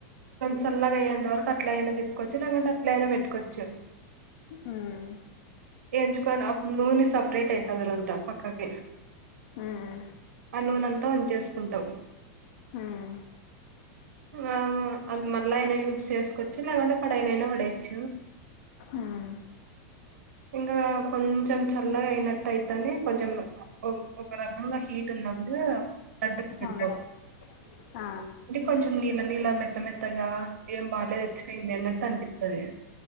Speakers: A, on the right; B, on the left.
A: సల్లాగా అయ్యేంత వరకు అట్ల అయినా దింప్పుకోవచ్చు లేకుంటే అట్ల అయినా పెట్టుకోవచ్చు
B: హ్మ్మ్
A: ఎంచుకో అప్పు నూనె సపరేట్ అయితది రోంత పక్కకి
B: ఉమ్
A: ఆ నూనె అంత ఉంచేసుకుంటాం
B: ఉమ్
A: ఆ అది మళ్ళా అయినా యూస్్ చేసుకోవచ్చు లేకుంటే పడేయనయిన పడేయొచ్చు
B: ఉమ్
A: ఇంకా కొంచెం చల్లగా అయినట్టు అయితేనే కొంచెం ఒక రకంగా హీట్ ఉంది అడటి
B: అవునులే ఆ
A: కొంచం <inaudible> ఇలా నీళ మెత్త మెత్తగా ఏం బాాల్య ఏచ్చిపోయింది అన్నట్టు అనిపిస్తుంది